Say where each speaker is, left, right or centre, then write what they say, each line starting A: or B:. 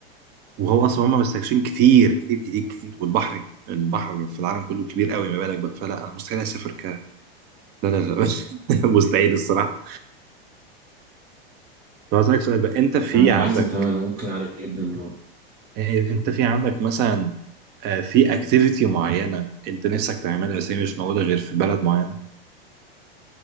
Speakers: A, on the right (about 35°); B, on the right (about 50°).
A: وهو اصلا هم مستكشفين كتير كتير كتير كتير والبحر البحر في العالم كله كبير قوي ما بالك بقى فلا انا مستحيل اسافر ك لا لا لا <laughs> مستحيل الصراحه طب اسالك سؤال بقى انت في
B: انا
A: عندك
B: عارف تماما انا ممكن عليه جدا منه.
A: آه، انت في عندك مثلا آه، في اكتيفيتي معينه انت نفسك تعملها بس هي مش موجوده غير في بلد معينه